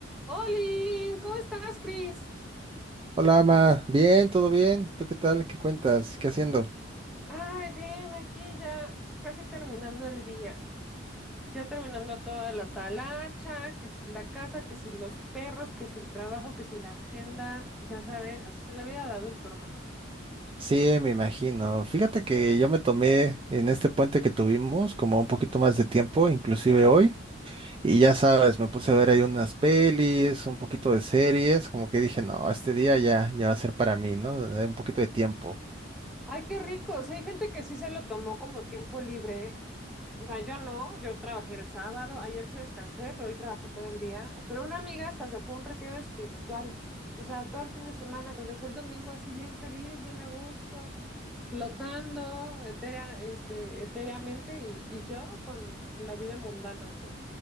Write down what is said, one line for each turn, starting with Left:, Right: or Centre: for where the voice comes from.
Centre: Oli, ¿cómo estás, Cris?
Right: Hola, Ama. Bien, todo bien. ¿Tú qué tal? ¿Qué cuentas? ¿Qué haciendo?
Centre: Ay, bien, aquí ya casi terminando el día. Ya terminando toda la talacha, que si la casa, que si los perros, que si el trabajo, que si la agenda, ya sabes, la vida de adulto, hermano.
Right: Sí, me imagino. Fíjate que yo me tomé en este puente que tuvimos como un poquito más de tiempo, inclusive hoy. Y ya sabes, me puse a ver ahí unas pelis, un poquito de series, como que dije, no, este día ya, ya va a ser para mí, ¿no? Eh, Un poquito de tiempo.
Centre: Ay, qué rico. Sí, hay gente que sí se lo tomó como tiempo libre. O sea, yo no, yo trabajé el sábado, ayer sí descansé, pero hoy trabajé todo el día. Pero una amiga hasta se fue a un retiro espiritual. O sea, todo el fin de semana regresó el domingo así bien feliz, bien a gusto, flotando etérea- este, etéreamente y, y yo con la vida mundana, tú.